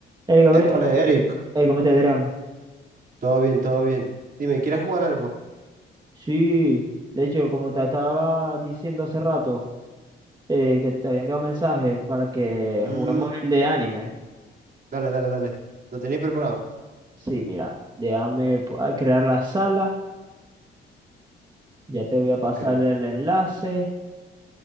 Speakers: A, on the right; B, on the right.
A: Hey, Gabriel,
B: Épale, Eric.
A: hey, ¿cómo te Adrián?
B: Todo bien, todo bien. Dime, ¿quieres jugar algo?
A: Sí, de hecho, como te estaba diciendo hace rato, eh, que te había enviado un mensaje para que
B: Mm,
A: juguemos el de anime.
B: dale, dale, dale. ¿Lo tenéis preparado?
A: Sí, mira, déjame pu- a crear la sala, ya te voy a pasar
B: Ok.
A: el enlace,